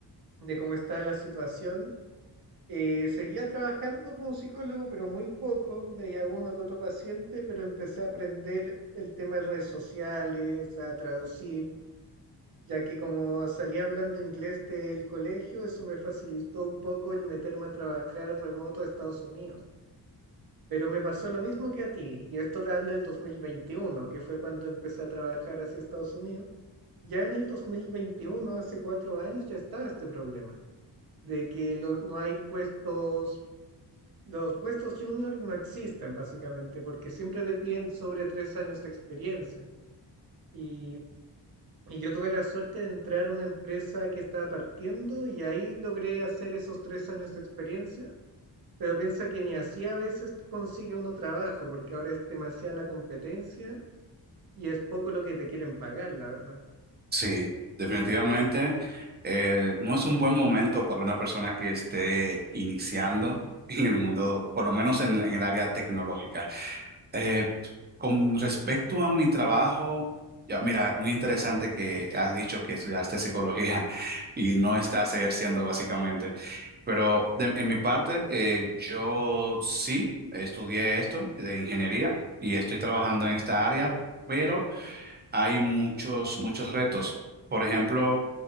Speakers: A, on the right; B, on the right.
A: de cómo está la situación, Eh, seguía trabajando como psicólogo, pero muy poco. Veía uno que otro paciente, pero empecé a aprender el tema de redes sociales, a traducir, ya que como salía hablando inglés del colegio, eso me facilitó un poco el meterme a trabajar remoto a Estados Unidos. Pero me pasó lo mismo que a ti, y esto te hablo del 2021, que fue cuando empecé a trabajar hacia Estados Unidos. Ya en el 2021, hace cuatro años, ya estaba este problema de que lo- no hay puestos los puestos junior no existen básicamente porque siempre te piden sobre tres años de experiencia. Y, y yo tuve la suerte de entrar a una empresa que estaba partiendo y ahí logré hacer esos tres años de experiencia. Pero piensa que ni así a veces consigue uno trabajo porque ahora es demasiada la competencia y es poco lo que te quieren pagar, la verdad.
B: sí, definitivamente eh, no es un buen momento para una persona que esté iniciando <laughs> en el mundo, por lo menos en, en el área tecnológica. Eh, Con respecto a mi trabajo, ya mira, muy interesante que has dicho que estudiaste psicología <laughs> y no estás ejerciendo básicamente. Pero de- en mi parte, eh, yo sí estudié esto de ingeniería y estoy trabajando en esta área, pero hay muchos, muchos retos. Por ejemplo,